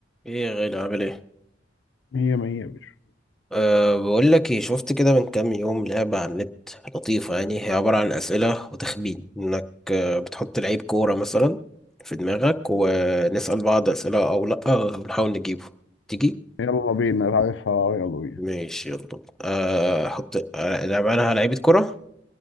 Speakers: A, in the centre; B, on the left.
A: ايه يا غالي عامل ايه
B: هي ما هي يا باشا
A: أه بقول لك ايه شفت كده من كام يوم لعبة على النت لطيفة يعني هي عبارة عن أسئلة وتخمين انك آه، بتحط لعيب كورة مثلا في دماغك ونسأل بعض أسئلة او لا ونحاول نجيبه تيجي
B: يلا بينا عارفها يلا بينا
A: ماشي يلا أه حط آه، نلعب عليها لعيبة كورة